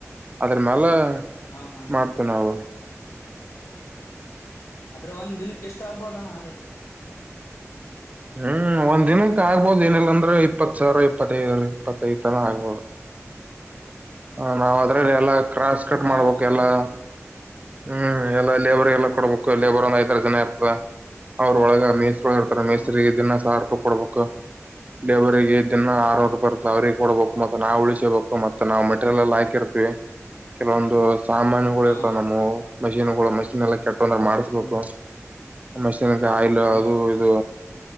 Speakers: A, on the right; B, on the left.
A: ಅದ್ರ ಮೇಾಲ
B: ಹಾ ಹಾ
A: ಮಾಡ್ತೇ ನಾವು
B: ಆದದ್ರ ಒಂದ್ ದಿನಕ್ಕೆ ಎಷ್ಟ ಆಗ್ಬೋದಣ್ಣ ಅದೇ
A: ಹ್ಮ್ ಒಂದ್ ದಿನಕ್ಕೆ ಆಗ್ಬೋದು ಏನಿಲ್ಲಾಂದ್ರೆ ಇಪ್ಪತ್ ಸಾವಿರ ಇಪ್ಪತ್ತದ ಇಪ್ಪತ್ತದ ತನ ಆಗ್ಬೋದು ಹ ನಾವ್
B: ಹಾ
A: ಅದ್ರಲ್ಲಿ
B: ಹಾ
A: ಎಲ್ಲಾ ಕ್ರಾಸ್
B: ಅಂದ್ರ
A: ಕಟ್ ಮಾಡ್ಬೇಕ
B: ನಮ್ಮೇಲ್
A: ಎಲ್ಲಾ
B: ಡಿಪೆಂಡ್
A: ಹ್ಮ್ ಎಲ್ಲಾ ಲೇಬರ್ಗೆಲ್ಲಾ
B: ಹಾ
A: ಕೊಡ್ಬೇಕು
B: ಹಾ
A: ಲೇಬರ್ ಒಂದ ಐದರು ಜನ ಇರ್ತ ಅವ್ರ ಒಳಗ ಮೀಸ ರ್ತಾರೆ ಮೇಸರಿಗೆ
B: ಹಾ
A: ದಿನ ಸಹ ರೂಪ ಕೊಡಬೇಕು ಲೇಬರ್ರಿಗೆ ದನ್ನ
B: ಹಾ
A: ಆರುೂರುೂಪಾಯಿರ್ತ್ತ
B: ಹಾ
A: ಅವ್ರಿಗೆ ಕೊಡಬೇಕು ಮತ್ತೆ ನಾವವು ಉಳಿಸೇಬೇಕು ಮತ್ತ ನಾಮಟ್ಟೆ ಹಾಕಿ ಇರ್ತಿವಿ ಕೆಲವೊಂದು ಸಾಮಾನುಗಳು ಇರ್ತಾವ
B: ಹಾ
A: ನಮ್ಮವು ಮಷೀನ್ ಗಳು ಮಷಿನ್ ಎಲ್ಲ ಕೆ ತೊಂದ್ರ ಮಾಡಿಸ್ಬೇಕು
B: ಹ್ಮ್
A: ಮೆಷನ್ ಆಯಿಲ್
B: ಹಾ
A: ಅದು ಇದು